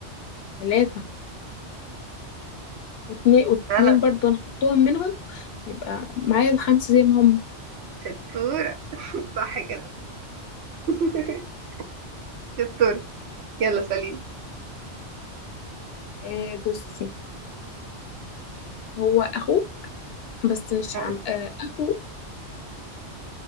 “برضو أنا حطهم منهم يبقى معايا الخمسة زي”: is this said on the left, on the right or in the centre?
Left